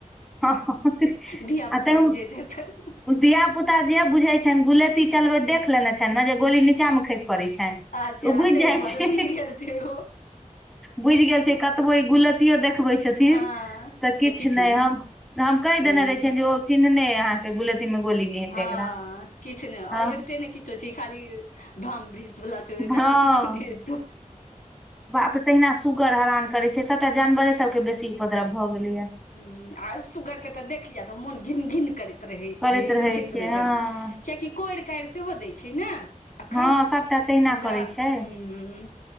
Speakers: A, in the centre; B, on the left.
A: <unintelligible>
B: धिया पुता बुझैत हेतै
A: ओ धिया पुता जे बुझै छन गुलती चलबै देख देख लेने छन जे गोली नीचा मे खस पड़ै छैन तऽ
B: अच्छा
A: ओ बुझ
B: ताहि
A: जाइ
B: दुआरे
A: छै
B: बुझि गेल छै ओ
A: बुझ गेल छै कतबो ई गुलतियो देखबै छथिन
B: हँ
A: तऽ किछ
B: किछु
A: नहि
B: ने
A: हम हम कहि
B: हँ
A: देने रहे छियै जे ओ चिन्हने अहाँ के गुलतीी मे गोली नहि हेतै
B: हाँ
A: एकरा
B: किछ ने
A: हँ
B: अबिते ने किछ छै खाली भ्रम वृष वला चो एकरा
A: हँ
B: से किछु नहि हैतौ
A: बाप रे तहिना सुगर हरान करे छै सबटा जानवरे सबके बेसी उपद्रव भए गेलैया
B: ह्म आ सुगरकेे तऽ देखिय तऽ मोन घिन गिन करै त रहै
A: करैत
B: छै
A: रहै
B: विचित्र
A: छै हँ
B: जेना कियकि कोरि कार सेहो दै छै ने अखन
A: हँ सभटा तहिना
B: पूरा
A: करै छै
B: ह्म